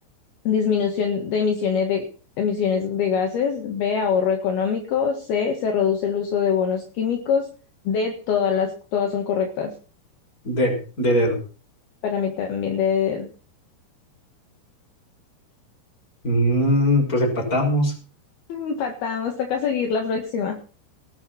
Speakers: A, on the left; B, on the left.
A: disminución de emisiones de, emisiones de gases. B, ahorro económico. C, se reduce el uso de bonos químicos. D, todas las, todas son correctas.
B: D, de dedo.
A: Para mí también, de,
B: Mm, pues empatamos.
A: empatamos, toca seguir la próxima.